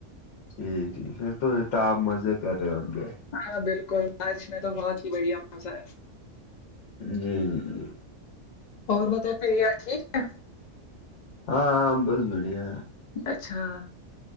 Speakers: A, on the left; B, on the left.
A: جی ٹھیک پھر تو یہ تو آپ مزے کر رہے ہوں گے
B: ہاں بالکل بارش میں تو بہت ہی بڑھیا مزہ ہے
A: جی جی جی
B: اور بتائے پہیا ٹھیک ہے
A: ہاں بس بڑھیا
B: اچھا